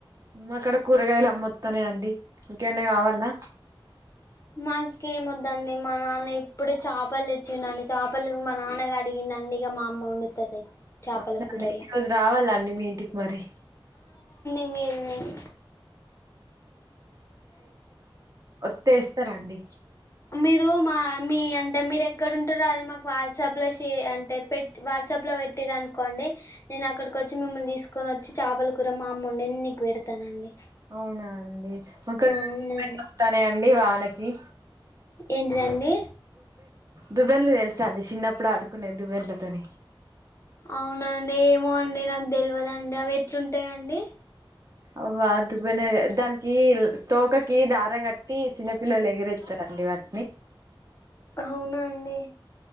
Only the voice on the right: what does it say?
మాకాడ కూరగాయలు అమ్మత్తనయ్ అండి ఇంకేన్నా కావాల్నా
అవునండి
ఈ రోజు రావాలండి మీ ఇంటికి మరి
ఒత్తే ఎస్తారండి
అవునా అండి మాకడ్
<inaudible> త్తనయండి వానకి
దువ్వెండ్లు తెలుసాండి చిన్నప్పుడు ఆడుకునేది దువ్వెండ్లతోని
అవ్వా దువ్వెనే దానికి తోకకి దారం కట్టి చిన్న పిల్లల్ ఎగిరేత్తరండీ వాట్